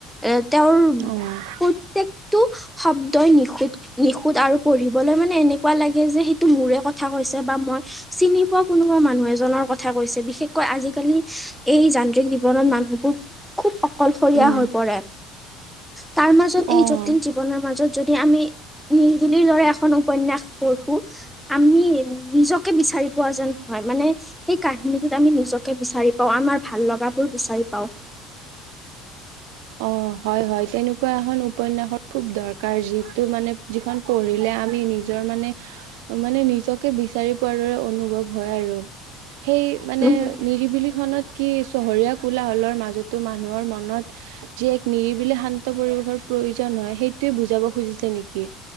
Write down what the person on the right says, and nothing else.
অ',
উম,
অ'।
অ' হয় হয় তেনেকুৱা এখন উপন্যাসৰ খুব দৰকাৰ, যিটো মানে যিখন পঢ়িলে আমি নিজৰ মানে মানে নিজকে বিচাৰি পোৱাৰ দৰে অনুভৱ হয় আৰু। সেই মানে
নিৰিবিলি খমত কি চহৰীয়া কোলা'হলৰ মাজতো মানুহৰ ম নত যি এক নিৰিবিলি শান্ত পৰিৱেশৰ প্ৰয়োজন হয়, সেইটোৱে বুজাব খুজিছে নেকি?